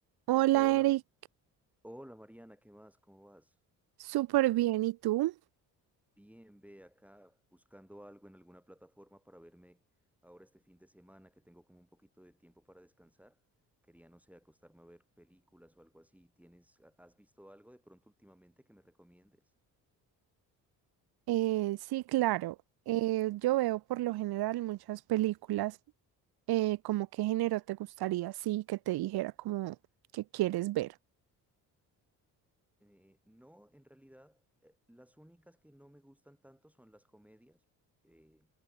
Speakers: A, on the right (about 65°); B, in the centre.
A: Hola
B: Hola,
A: Eric,
B: hola Mariana, ¿qué más? ¿Cómo vas?
A: súper bien. ¿Y tú?
B: Bien, ve acá buscando algo en alguna plataforma para verme ahora este fin de semana que tengo como un poquito de tiempo para descansar. Quería, no sé, acostarme a ver películas o algo así. ¿Tienes, ha- has visto algo de pronto últimamente que me recomiendes?
A: Eh, sí, claro. Eh, yo veo por lo general muchas películas. Eh, ¿cómo qué género te gustaría? Sí, que te dijera como que quieres ver.
B: Eh, no, en realidad, eh, las únicas que no me gustan tanto son las comedias. eh,